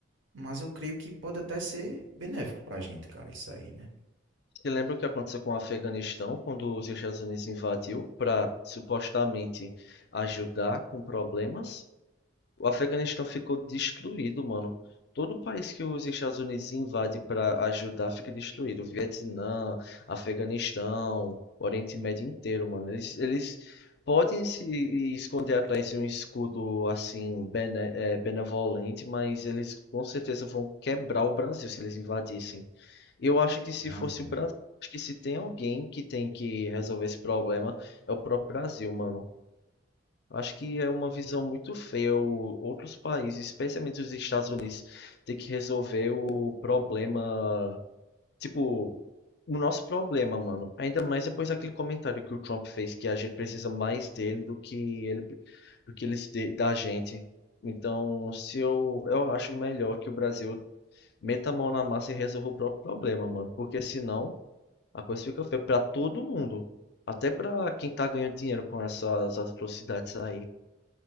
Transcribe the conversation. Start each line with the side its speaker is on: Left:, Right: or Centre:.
Right: mas eu creio que pode até ser benéfico pra gente, cara, isso aí, né?
Left: se lembra o que aconteceu com o Afeganistão, quando os Estados Unidos invadiu para supostamente ajudar com problemas? O Afeganistão ficou destruído, mano. Todo país que os Estados Unidos invade para ajudar fica destruído. Vietnã, Afeganistão, Oriente Médio inteiro, mano. Eles, eles podem se esconder atrás de um escudo assim bene- é, benevolente, mas eles com certeza vão quebrar o Brasil se eles invadissem. Eu acho que se
Right: Tem razão.
Left: fosse o Brasil, acho que se tem alguém que tem que resolver esse problema é o próprio Brasil, mano. Eu Acho que é uma visão muito feia o- outros países, especialmente os Estados Unidos, ter que resolver o problema, tipo, o nosso problema, mano. Ainda mais depois daquele comentário que o Trump fez, que a gente precisa mais dele do que ele, do que eles de- da gente. Então, se eu, eu acho melhor que o Brasil meta a mão na massa e resolva o próprio problema, mano, porque senão a coisa fica feia pra todo mundo, até pra quem tá ganhando dinheiro com essas atrocidades aí.